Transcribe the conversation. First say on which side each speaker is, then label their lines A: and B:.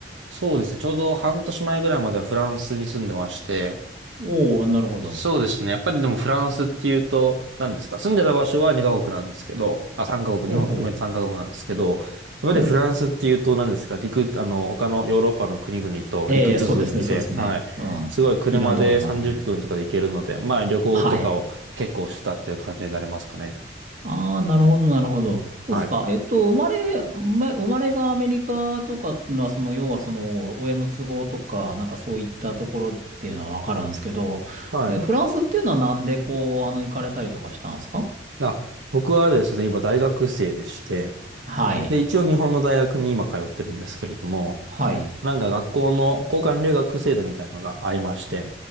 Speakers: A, on the right; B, on the right.
A: そうですね。ちょうど半年前ぐらいまではフランスに住んでまして、
B: おー、なるほど。
A: そうですね。やっぱりでもフランスっていうと、何ですか住んでた場所は2カ国なんですけど、あ、3カ国、
B: ほうほう。
A: 日本含めて3カ国なんですけど、やっぱりフランスっていうと何ですか陸、
B: ほう。
A: あの、他のヨーロッパの国々と陸続きで、
B: えー、そうですね、そうですね。
A: はい。
B: うん。
A: すごい車で30分とかで行けるので、
B: いろんなとこ行きますね。
A: まあ旅行とかを結構してたっていう感じになりますかね。
B: はい。ああ、なるほど、なるほど。そうっすか。
A: はい。
B: えっと、生まれ、ま生まれがアメリカとかっていうのは、その、要はその、親の都合とか、なんかそういったところっていうのはわかるんですけど、
A: はい。
B: え、フランスっていうのはなんでこう、あの、行かれたりとかしたんですか
A: あ、僕はですね、今大学生でして、
B: はい。
A: で、一応日本の大学に今通ってるんですけれども、
B: はい。
A: なんか学校の交換留学制度みたいなのがありまして、